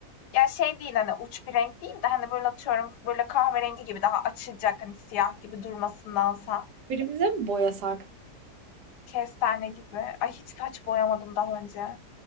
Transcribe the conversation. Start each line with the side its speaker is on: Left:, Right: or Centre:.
Left: ya şey değil hani uç bir renk değil de hani böyle atıyorum böyle kahverengi gibi daha açılacak hani siyah gibi durmasındansa.
Right: Birimize mi boyasak?
Left: Kestane gibi. Ay hiç saç boyamadım daha önce.